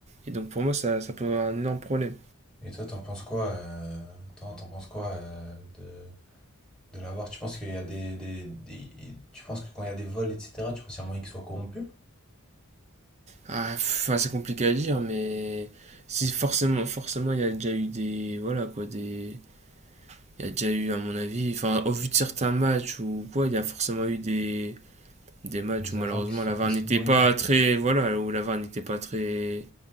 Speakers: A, on the right; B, in the centre.
A: Et donc, pour moi, ça, ça peut avoir un énorme problème.
B: Et toi, t'en penses quoi, euh, t'en, t'en penses quoi euh, de, de l'avoir? Tu penses qu'il y a des, des- des- tu penses que quand il y a des vols, etc., tu penses qu'il y a moyen qu'ils soient corrompus?
A: Ah, enfin, c'est compliqué à dire, mais si forcément, forcément, il y a déjà eu des, voilà, quoi, des Il y a déjà eu, à mon avis, enfin, au vu de certains matchs ou quoi, il y a forcément eu des, des matchs
B: Des
A: où malheureusement
B: agents qui se sont
A: la
B: fait
A: VAR
B: soudoyer,
A: n'était pas très, voilà, où la VAR n'était pas très,